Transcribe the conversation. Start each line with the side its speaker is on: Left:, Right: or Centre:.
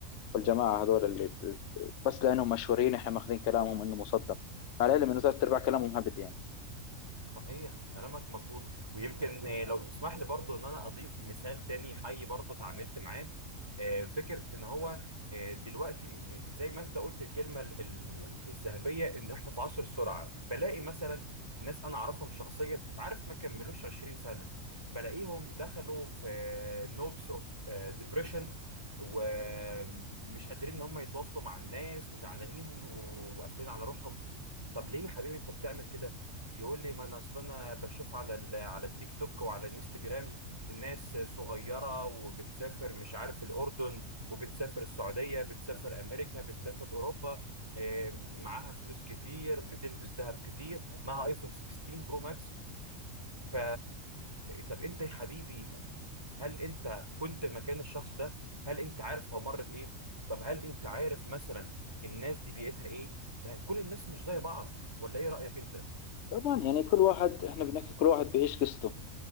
Left: والجماعه هذول اللي ب- بس لانهم مشهورين احنا ماخذين كلامهم انه مصدق على العلم انه ثلاث ارباع كلامهم هبد يعني
Right: صحيح كلامك مظبوط ويمكن آه، لو تسمح لي برضو ان انا اضيف مثال تاني حي برضو اتعاملت معاه آه، فكرة ان هو آه، دلوقتي م- زي ما انت قلت الكلمة ال- ال- الذهبية ان احنا في عصر السرعة بلاقي مثلا ناس انا اعرفهم شخصيا عارف ما كملوش 20 سنة بلاقيهم دخلوا في نوبس اوف ديبريشن ومش قادرين ان هم يتواصلوا مع الناس وزعلانين وقافلين على روحهم طب ليه يا حبيبي انت بتعمل كده يقول لي ما انا اصل انا بشوف على ال- على التيك توك وعلى الانستجرام الناس صغيره وبتسافر مش عارف الاردن وبتسافر السعوديه بتسافر امريكا بتسافر اوروبا آه، معاها فلوس كتير بتلبس ذهب كتير معاها ايفون 16 برو ماكس ف طب انت يا حبيبي هل انت كنت مكان الشخص ده هل انت عارف هو مر بايه طب هل انت عارف مثلا الناس دي بيئتها ايه ما هي كل الناس مش زي بعض ولا ايه رايك انت
Left: طبعا يعني كل واحد احنا بنحكي كل واحد بيعيش قصته